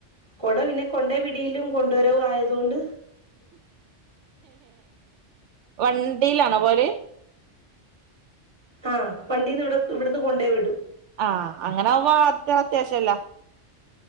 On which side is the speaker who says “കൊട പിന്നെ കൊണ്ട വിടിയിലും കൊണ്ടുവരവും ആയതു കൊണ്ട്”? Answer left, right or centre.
Right